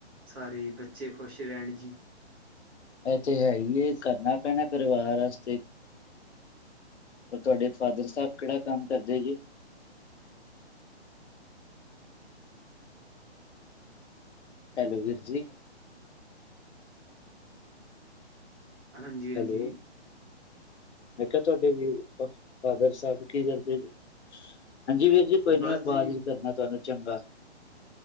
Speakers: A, on the right (about 20°); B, on the left (about 75°).
A: ਸਾਰੇ ਬੱਚੇ ਖੁਸ਼ ਰਹਿਣ ਜੀ।
B: ਇਹ ਤੇ ਹੈ ਹੀ ਐ ਕਰਨਾ ਪੈਣਾ ਪਰਿਵਾਰ ਵਾਸਤੇ ਪਰ ਤੁਹਾਡੇ ਫਾਦਰ ਸਾਹਿਬ ਕਿਹੜਾ ਕੰਮ ਕਰਦੇ ਜੇ? ਹੈਲੋ, ਵੀਰ ਜੀ।
A: ਹਾਂਜੀ-ਹਾਂਜੀ।
B: ਹੈਲੋ ਮੈਂ ਕਿਹਾ ਤੁਹਾਡੇ ਵੀ ਫਾਦਰ ਸਾਹਿਬ ਕੀ ਕਰਦੇ ਨੇ? ਹਾਂਜੀ ਵੀਰ ਜੀ ਕੋਈ ਨੀ
A: ਬਸ
B: ਮੈਂ
A: ਜੀ
B: ਬਾਅਦ 'ਚ' ਕਰਨਾ ਤੁਹਾਨੂੰ ਚੰਗਾ